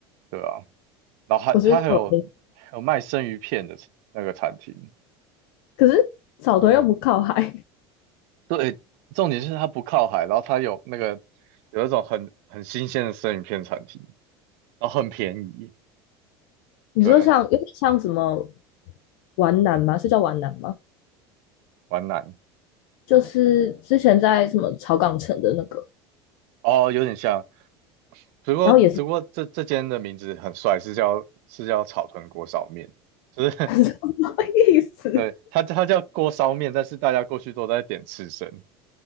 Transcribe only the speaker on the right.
对啊，然后还他还有还有卖生鱼片的那个餐厅。
对，重点是它不靠海，然后它有那个有一种很很新鲜的生鱼片产品，然后很便宜，
对，
皖南
哦，有点像，只不过只不过这这间的名字很帅，
是叫是叫草屯锅烧面，就是
<laughs> 对它它叫锅烧面，但是大家过去都在点刺身。